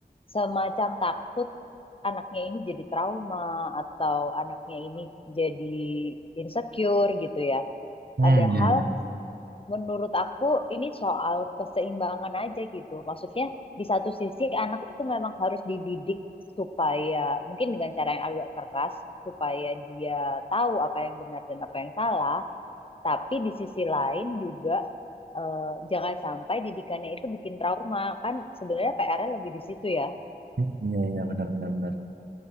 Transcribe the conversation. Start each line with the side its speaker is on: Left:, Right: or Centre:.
Left: semacam takut anaknya ini jadi trauma atau anaknya ini jadi insecure gitu ya.
Right: hmm
Left: Padahal
Right: iya iya
Left: menurut aku ini soal keseimbangan aja gitu. Maksudnya di satu sisi anak itu memang harus dididik supaya mungkin dengan cara yang agak keras supaya dia tahu apa yang benar dan apa yang salah. Tapi di sisi lain juga eh, jangan sampai didikannya itu bikin trauma. Kan sebenarnya PR-nya lebih di situ ya.
Right: Hmm, iya iya benar benar benar